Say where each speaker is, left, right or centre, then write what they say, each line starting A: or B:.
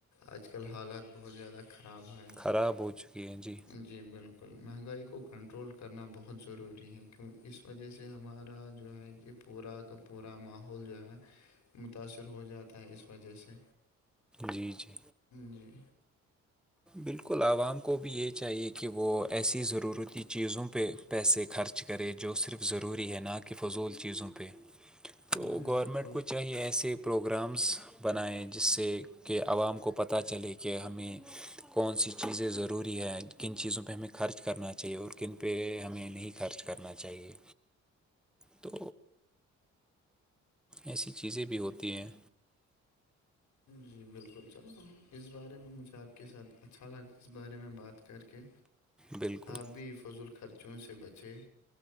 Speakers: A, on the left (about 70°); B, in the centre.
A: آج کل حالت بہت زیادہ خراب ہے
B: خراب ہو چکی ہیں جی
A: جی بالکل مہنگائی کو کنٹرول کرنا بہت ضروری ہے کیوں اس وجہ سے ہمارا جو ہے کہ پورا کپ پورا ماحول جو ہے متاثر ہو جاتا ہے اس وجہ سے
B: جی جی
A: جی
B: بالکل عوام کو بھی یہ چاہیے کہ وہ ایسی ضرورتی چیزوں پہ پیسے خرچ کرے جو صرف ضروری ہے نہ کہ فضول چیزوں پہ
A: جی
B: تو گورمنٹ
A: بالکل
B: کو چاہیے ایسے پروگرامس بنائیں جس سے کہ عوام کو پتہ چلے کہ ہمیں کون سی چیزیں ضروری ہیں کن چیزوں پہ ہمیں خرچ کرنا چاہیے اور کن پہ ہمیں نہیں خرچ کرنا چاہیے تو ایسی چیزیں بھی ہوتی ہیں
A: جی بالکل چلو اس بارے میں مجھے آپ کے ساتھ اچھا لگا اس بارے میں بات کر کے
B: بالکل
A: آپ بھی فضول خرچوں سے بچیں